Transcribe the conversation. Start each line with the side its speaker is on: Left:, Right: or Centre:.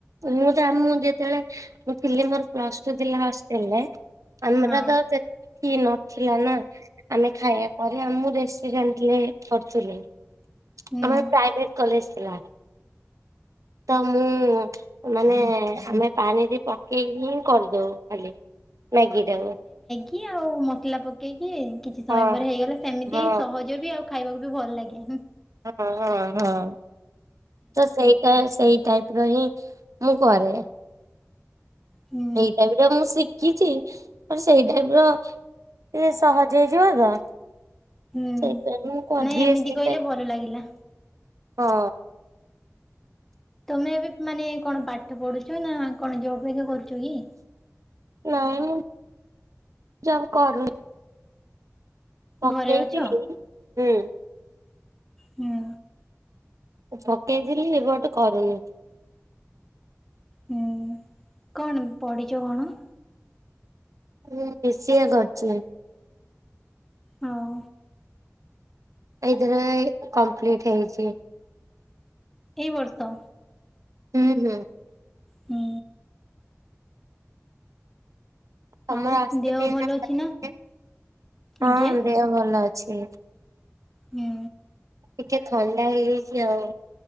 Right: ମୁଁ ତ ଆମ ଯେତେବେଳେ ଥିଲି ମୋର ପ୍ଲସ ଟୁ ଥିଲା ହଷ୍ଟେଲରେ ଆମର
Centre: ହଁ
Right: ତ ଯେତି କି ନଥିଲା ନା। ଆମେ ଖାଇବା ପରେ ଆମ ମୁଁ <unintelligible>
Centre: ହୁଁ।
Right: ଆମର ପ୍ରାଇଭେଟ କଲେଜ ଥିଲା। ତ ମୁଁ ମାନେ ଆମେ ପାଣିଟି ପକେଇ ହିଁ କରିଦଉ ଖାଲି ମ୍ୟାଗିଟାକୁ।
Centre: କିଏ ଆଉ ମସଲା ପକେଇକି କିଛି ସମୟ
Right: ହଁ
Centre: ପରେ ହେଇଗଲା ସେମିତି
Right: ହଁ
Centre: ହି ସହଜ ବି ଆଉ ଖାଇବାକୁ ବି ଭଲ ଲାଗେ ହୁଁ।
Right: ହଁ ହଁ ହଁ ତ ସେଇଟା ସେଇ ଟାଇପ ର ହିଁ ମୁଁ କରେ।
Centre: ହୁଁ
Right: ଏଇ ଟାଇପ୍ ର ମୁଁ ଶି ଖିଚି ବଟ ସେଇ ଟାଇପ ର ରେ ସହଜ ହେଇଯିବ ତ।
Centre: ହୁଁ
Right: ସେଇଥିପାଇଁ ମୁଁ କରିଦିଏ
Centre: ନାଇଁ ଏମିତି
Right: ସେଇଟା।
Centre: କହିଲେ ଭଲ ଲାଗିଲା।
Right: ହଁ।
Centre: ତମେ ଏବେ ମାନେ କଣ ପାଠ ପଢୁଚ ନା କଣ ଜବ ହେଇକା କରୁଚ କି?
Right: ନାଇଁ ମୁଁ ଜବ କରୁନି। ପକେଇଥିଲି
Centre: ଘରେ ଅଛ
Right: ହୁଁ।
Centre: ହୁଁ।
Right: ପକେଇଥିଲି ଏ ବଟ କରୁନି।
Centre: ହୁଁ କଣ ପଢ଼ିଚ କଣ?
Right: ମୁଁ ବି ସି ଏ କରୁଚି।
Centre: ହଉ।
Right: ଏଇଥିରେ କମ୍ପ୍ଲିଟ ହେଇଛି।
Centre: ଏଇ ବର୍ଷ?
Right: ହୁଁ ହୁଁ।
Centre: ହୁଁ।
Right: ତମର
Centre: ଆଉ
Right: ଆସିି
Centre: ଦେହ
Right: ନା
Centre: ଭଲ
Right: ସାର୍ଟିଫିକେଟ?
Centre: ଅଛି ଆଜ୍ଞା
Right: ହଁ ଦେହ ଭଲ ଅଛି।
Centre: ହୁଁ।
Right: ଟିକେ ଥଣ୍ଡା ହେଇଯାଇଛି ଆଉ।